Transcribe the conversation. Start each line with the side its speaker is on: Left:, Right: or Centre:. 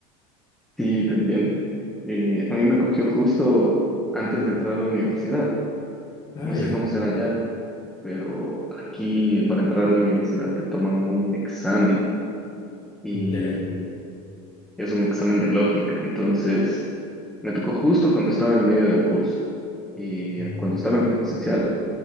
Centre: sí, te entiendo. Eh, a mí me cogió justo antes de entrar a la universidad.
Left: Ah,
Centre: No
Left: ya.
Centre: sé cómo será ya, pero aquí para entrar a la universidad te toman un examen y
Left: Ya, ya. ya.
Centre: es un examen de lógica. Entonces, me tocó justo cuando estaba en medio del curso y
Left: Mm.
Centre: cuando estaba en presencial